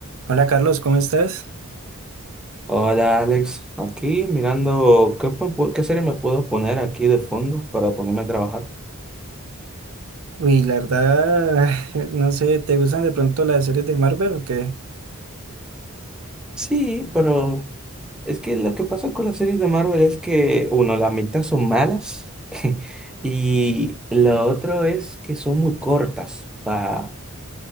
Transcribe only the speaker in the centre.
Hola Alex, aquí mirando qué, po- po- qué serie me puedo poner aquí de fondo para ponerme a trabajar.
Sí, pero es que lo que pasa con las series de Marvel es que, uno, la mitad son malas <laughs> y lo otro es que son muy cortas. O sea,